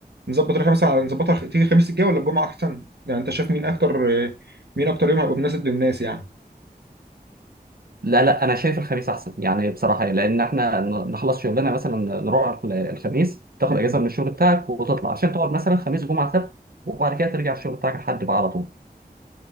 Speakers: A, on the right; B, on the right.
A: نظبط رحلة مثلا على نظبطها خ- تيجي الخميس الجاي ولا الجمعة احسن يعني انت شايف مين اكتر آه، مين اكتر يوم هيبقى مناسب للناس يعني
B: لا لا انا شايف الخميس احسن يعني بصراحه يعني لان احنا ن- نخلص شغلنا مثلا نروح ال- الخميس تاخد
A: <laughs> م-
B: اجازه
A: م.
B: من الشغل بتاعك وتطلع عشان تقعد مثلا خميس جمعه سبت وبعد كده ترجع الشغل بتاعك لحد بقى على طول